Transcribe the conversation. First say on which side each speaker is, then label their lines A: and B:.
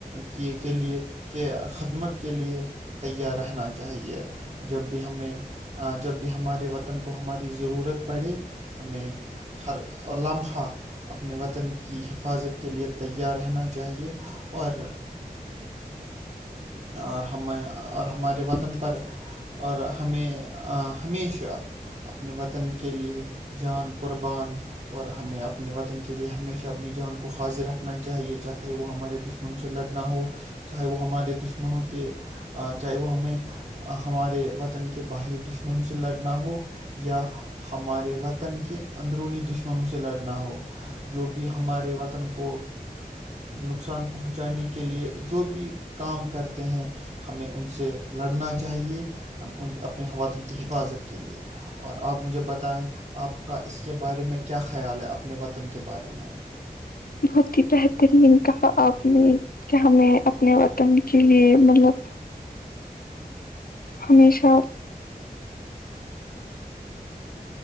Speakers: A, on the right; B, on the left.
A: کی کے لیے کہ خدمت کے لیے تیار رہنا چاہیے جب بھی ہمیں جب بھی ہمارے وطن کو ہماری ضرورت پڑے ہمیں ہر لمحہ <unintelligible> اپنے وطن کی حفاظت کے لیے تیار رہنا چاہیے اور اور ہم اور ہمارے وطن پر اور ہمیں ہمیشہ اپنے وطن کے لیے جان قربان اور ہمیں اپنے وطن کے لیے ہمیشہ اپنی جان کو حاضر رکھنا چاہیے چاہے وہ ہمارے دشمن دشمنوں سے لڑنا ہو چاہے وہ ہمارے دشمنوں کے چاہے وہ ہمیں ہمارے وطن کے باہری دشمنوں سے لڑنا ہو یا ہمارے وطن کے اندرونی دشمنوں سے لڑنا ہو جو بھی ہمارے وطن کو نقصان پہنچانے کے لیے جو بھی کام کر ہیں ہمیں ان سے لڑنا چاہیے ہم ان اپنے وطن کی حفاظت کے لیے اور آپ مجھے بتاے نا آپ کا اس کے بارے میں کیا خیال ہے اپنے وطن کے بارے میں
B: بہت ہی بہترین کہا آپ نے کہ ہمیں اپنے وطن کے لیے مطلب ہمیشہ